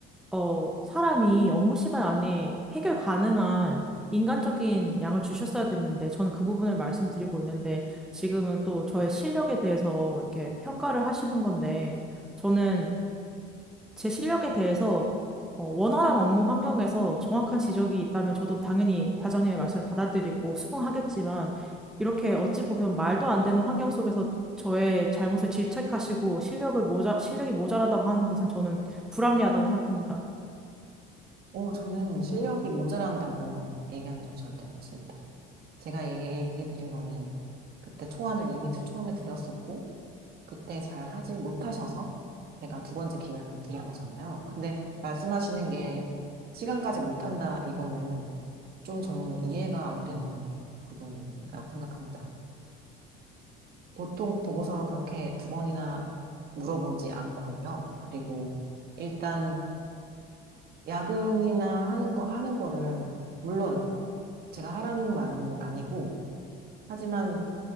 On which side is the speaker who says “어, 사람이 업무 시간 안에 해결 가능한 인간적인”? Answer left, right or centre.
Centre